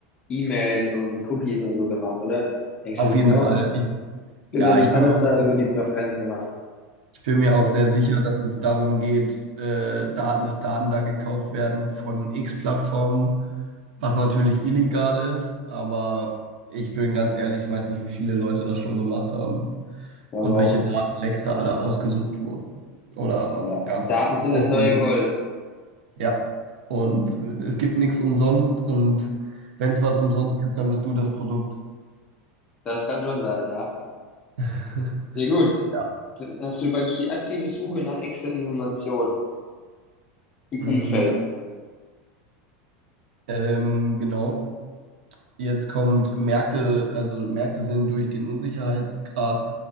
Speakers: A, on the left; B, on the right.
A: E-Mail und Cookies und so gemacht, oder? Denkst
B: Auf
A: du das
B: jeden
A: nicht auch?
B: Fall. Ich,
A: Ich glaub,
B: ja,
A: Das wird
B: ich bin
A: alles
B: mir auch,
A: da
B: so,
A: über die Präferenzen gemacht.
B: ich bin mir auch
A: Das
B: sehr sicher, dass es darum geht, äh, Daten, dass Daten da gekauft werden von X-Plattformen, was natürlich illegal ist, aber ich bin ganz ehrlich, ich weiß nicht, wie viele Leute das schon gemacht haben
A: glaube
B: und
A: ich
B: welche
A: auch.
B: Datenlecks da alle ausgesucht wurden oder
A: Ja.
B: ja,
A: Daten sind
B: ausgenutzt.
A: das neue Gold.
B: Ja, und es gibt nichts umsonst und wenn es was umsonst gibt, dann bist du das Produkt.
A: Das kann schon sein, ja.
B: <laughs>
A: Ja gut,
B: Ja,
A: dann hast du praktisch die aktive Suche nach extra Informationen im
B: Mm,
A: Umfeld.
B: ja, ähm, genau. Jetzt kommt Märkte, also Märkte sind durch den Unsicherheitsgrad